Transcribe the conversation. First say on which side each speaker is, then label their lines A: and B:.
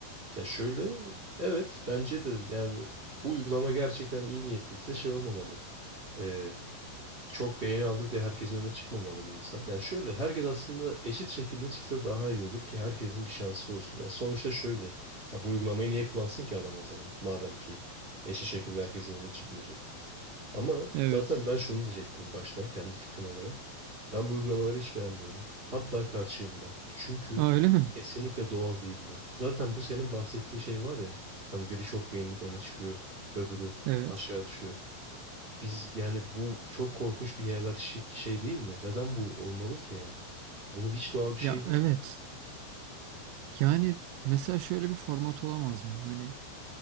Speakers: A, on the right (about 20°); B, on the right (about 80°).
A: Ya şöyle evet bence de yani bu uygulama gerçekten iyi niyetliyse şey olmamalı. E, çok beğeni aldı diye herkesin önüne çıkmamalı bir insan. Yani şöyle herkes aslında eşit şekilde çıksa daha iyi olur ki herkesin bir şansı olsun. Ya sonuçta şöyle ya bu uygulamayı niye kullansın ki adam o zaman madem ki eşit şekilde herkesin önüne çıkmayacak. Ama
B: Evet.
A: zaten ben şunu diyecektim baştan kendi fikrim olarak. Ben bu uygulamaları hiç beğenmiyorum. Hatta karşıyım da. Çünkü
B: Aa, öyle mi?
A: kesinlikle doğal değiller. Zaten bu senin bahsettiğin şey var ya. Hani biri çok beğenilip öne çıkıyor, öbürü
B: Evet.
A: aşağı düşüyor. Biz yani bu çok korkmuş bir hiyerarşik şey değil mi? Neden bu olmalı ki yani? Bu hiç doğal bir şey
B: Ya
A: değil.
B: evet. Yani mesela şöyle bir format olamaz mı? Hani